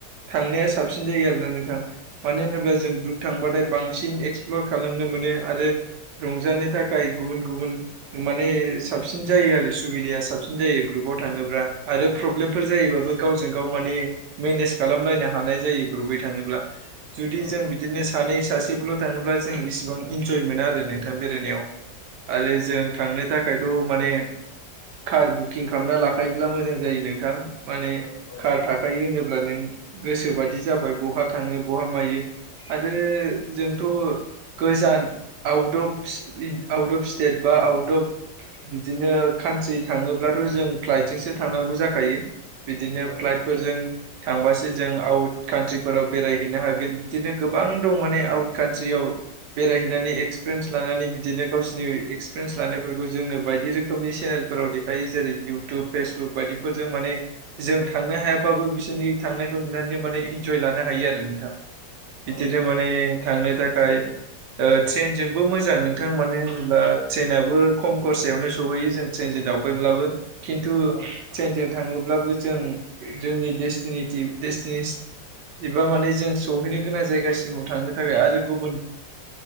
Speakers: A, on the right; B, on the left.
A: थांनाया साबसिन जायो आरो ना नोंथां मानो होनोब्ला जों ग्रुप थांबाथाय बांसिन एक्सप्लर खालामनो मोनो आरो रंजानो थाखाय गुबुन गुबुन माने साबसिन जायो आरो सुबिदाया साबसिन जायो ग्रुप ग्रुपाव थाङोब्ला आरो प्र्रब्लेमफोर जायोबाबो गावजों गाव माने मेनेज खालामलायनो हानाय जायो ग्रुप थाङोब्ला जुदि
B: औ
A: जों
B: औ
A: बिदिनो सानै सासेफोरल' थाङोब्ला जों इसेबां इन जय मोनो आरो नोंथां बेरायनायाव आरो
B: नंगौ
A: जों थांनो थाखाय थाखायथ' माने कार बुकिं खालामना लाखायोब्ला मोजां जायो नोंथां माने
B: औ औ
A: कार थाखायो होनोब अब्ला नों गोसोबादि जाबाय बहा थाङो बहा मायो आरो जोंथ' गोजान out of out of state बा आउट अफ बिदिनो कान्ट्रि थाङोब्लाथ' जों फ्लाइटजोंसो थांनांगौ जाखायो बिदिनो
B: औ
A: फ्लाइटफोरजों थांबासो जों आउट कान्ट्रिफोराव बेरायहैनो हागोन बिदिनो गोबां दं माने आउट कान्ट्रियाव बेरायहै नानै एक्सपिरियेन्स लानानै बिदिनो गावसिरनि एक्सपिरियेन्स लानायफोरखौ जोंनो बायदि रोखोमनि चेनेलफोराव देखाय जेरै इउटुब फेसबुक बायदिफोरजों माने जों थांनो हायाबाबो बिसोरनि थांनायखौ नुनानै बिनो माने इनजय लानो हायो आरो नोंथां बिदिनो
B: औ नंगौ
A: माने थांनो थाखाय ओ ट्रेनजोंबो मोजां नोंथां मानो होनोबा ट्रेननाबबो खम खरसायावनो सहैयो जोंनिथीशा ट्रेनजों दावबायब्लाबो खिन्थु न्टिजों
B: औ
A: थाङोब्लाबो जों जोंनि डेस्टिनेटि देस्टिनेस एबा माने जों सहैनो गोनां जायगासिमाव थांनो थाखाय आरो गुबुन